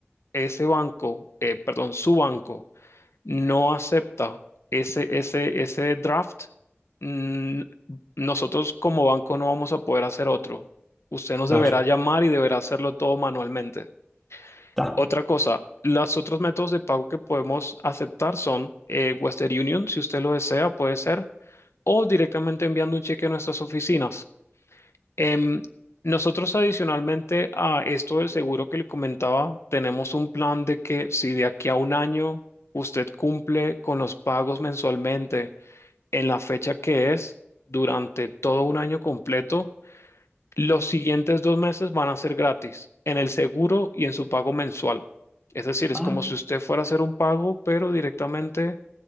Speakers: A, on the left; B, in the centre.
A: ese banco, eh, perdón, su banco no acepta ese, ese, ese draft, mm, nosotros como banco no vamos a poder hacer otro. Usted nos
B: claro.
A: deberá llamar y deberá hacerlo todo manualmente.
B: Está.
A: Otra cosa, los otros métodos de pago que podemos aceptar son eh, Western Union, si usted lo desea, puede ser o directamente enviando un cheque a nuestras oficinas. Em, nosotros adicionalmente a esto del seguro que le comentaba, tenemos un plan de que si de aquí a un año usted cumple con los pagos mensualmente en la fecha que es, durante todo un año completo, los siguientes dos meses van a ser gratis en el seguro y en su pago mensual. Es decir, es
B: Ah,
A: como si usted fuera a hacer un pago, pero directamente